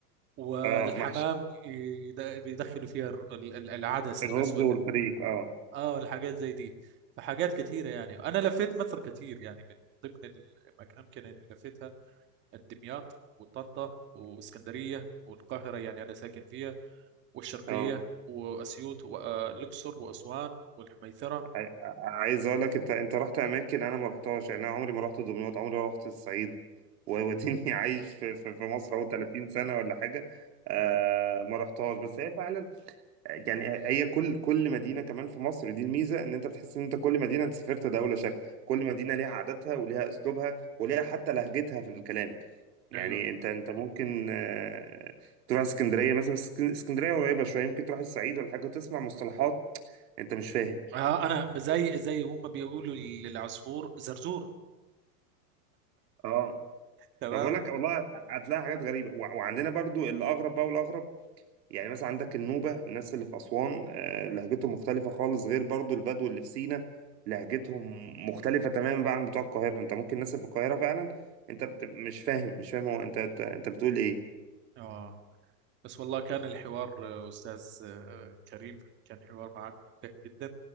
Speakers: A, on the right (about 25°); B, on the right (about 80°).
A: والحمام
B: اه محشي
A: يد- بيدخلوا فيها ال- ال- العدس
B: الرز
A: الاسود
B: والفريك اه
A: اه الحاجات زي دي فحاجات كثيرة يعني أنا لفيت مصر كثير يعني من ضمن الأماكن اللي لفيتها دمياط وطنطا واسكندرية والقاهرة يعني أنا ساكن فيها والشرقية
B: اه
A: وأسيوط والأقصر وأسوان والحميثرة
B: عاي- عايز اقول لك انت انت رحت اماكن انا ما رحتهاش يعني انا عمري ما رحت دمياط عمري ما رحت الصعيد ووديني <laughs> عايش في في في مصر اهو 30 سنه ولا حاجه آه ما رحتهاش بس هي فعلا يعني هي كل كل مدينه كمان في مصر دي الميزه ان انت بتحس ان انت كل مدينه انت سافرت دوله شكل كل مدينه ليها عاداتها وليها اسلوبها وليها حتى لهجتها في الكلام يعني
A: ايوه
B: انت انت ممكن آه، تروح اسكندريه مثلا بس اسك- اسكندريه قريبه شويه يمكن تروح الصعيد ولا حاجه وتسمع مصطلحات انت مش فاهم
A: آه أنا زي زي هم بيقولوا للعصفور زرزور
B: اه
A: تمام
B: ما بقولك والله هت- هتلاقي حاجات غريبه وع- وعندنا برضو الاغرب بقى والاغرب يعني مثلا عندك النوبة الناس اللي في أسوان آه، لهجتهم مختلفة خالص غير برضو البدو اللي في سينا لهجتهم مختلفة تماما بقى عن بتوع القاهرة انت ممكن الناس اللي في القاهرة فعلا انت بت... مش فاهم مش فاهم هو انت انت, انت بتقول ايه
A: اه بس والله كان الحوار آه، أستاذ آه، كريم كان حوار معك ممتع جدا